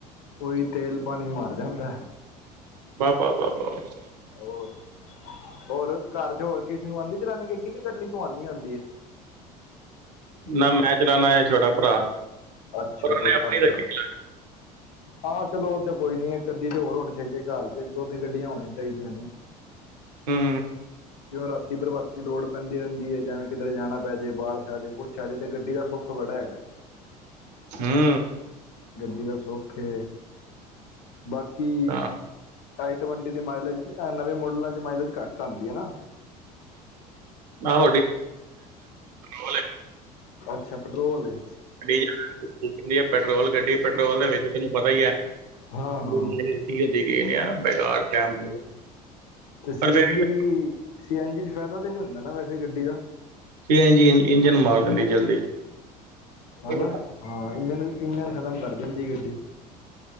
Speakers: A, on the left; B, on the right.
A: ਕੋਈ ਤੇਲ ਪਾਣੀ ਮਰ ਜਾਂਦਾ।
B: ਬਾਹ-ਬਾਹ-ਬਾਹ-ਬਾਹ
A: ਹੋਰ ਹੋਰ ਘਰ ਚ ਹੋਰ ਕਿਸ ਨੂੰ ਆਂਦੀ ਚੱਲਾਣੀ ਗੱਡੀ ਕ ਕਲੀ ਤੁਆਨੂੰ ਈ ਆਂਦੀ ਐ
B: ਨਾ ਮੈਂ ਚਲਾਣਾ ਐ ਛੋਟਾ ਭਰਾ
A: ਅੱਛਾ
B: ਪਰ ਉਹਨੇ
A: ਛੋਟਾ
B: ਆਪਣੀ
A: ਪਰਾ।
B: ਰੱਖੀ
A: ਆਹੋ ਚਲੋ ਓ ਤੇ ਕੋਈ ਨੀ ਇੱਕ ਅੱਧੀ ਤੇ ਚ ਹੋਰ ਹੋਣੀ ਚਾਈਦੀ ਘਰ ਚ ਇੱਕ ਦੋ ਤੇ ਗੱਡੀਆਂ ਹੋਣੀਆਂ ਚਾਈਦੀਆਂ ਨੇ
B: ਹੂੰ
A: ਕਿਂ ਰਾਤੀ ਪ੍ਰਭਾਤੀ ਲੋੜ ਪੈਂਦੀ ਰਹਿੰਦੀ ਐ ਜੈਵੇ ਕਿਧਰ ਜਾਣਾ ਪੈ ਜੇ ਬਾਰਿਸ਼ ਆ ਜੇ ਕੁੱਛ ਆ ਜੇ ਤੇ ਗੱਡੀ ਦਾ ਸੁੱਖ ਬੜਾ ਹੈਗਾ। <inaudible>
B: ਹੂੰ
A: ਗੱਡੀ ਦਾ ਸੁੱਖ ਏ ਬਾਕੀ
B: ਹਾਂ
A: ਆਈ ਟਵੰਟੀ ਦੀ ਮਾਈਲੇਜ ਨਵੇਂ ਮੋਡਲਾਂ ਚ ਮਾਈਲੇਜ ਘੱਟ ਆਂਦੀ ਐ ਨਾ।
B: ਆਹ <unintelligible>
A: ਅੱਛਾ ਪਟਰੋਲ ਏ
B: ਗੱਡੀ ਜਾ ਪੈਟਰੋਲ ਗੱਡੀ ਪੈਟਰੋਲ ਦੇ ਵਿੱਚ ਤੈਨੂੰ ਪਤਾ ਈ ਐ।
A: ਹਾਂ ਹਾਂ
B: <unintelligible> ਨੇ ਆ ਬੇਕਾਰ ਟਾਈਮ
A: ਤੇ ਸੀ
B: ਪਰ ਫਿਰ
A: ਐਨ
B: ਵੀ
A: ਜੀ ਸੀ ਐਨ ਜੀ ਚ ਫੈਦਾ ਤੇ ਨੀ ਹੁੰਦਾ ਨਾ ਵੈਸੇ ਗੱਡੀ ਦਾ
B: ਸੀ ਐਨ ਜੀ ਇੰਜਣ ਮਾਰ ਦਿੰਦੀ ਜਲਦੀ।
A: ਹਨਾ
B: ਹੂੰ
A: ਹਾਂ ਇੰਜਣ ਇੰਜਣ ਖ਼ਤਮ ਕਰ ਦਿੰਦੀ ਗੱਡੀ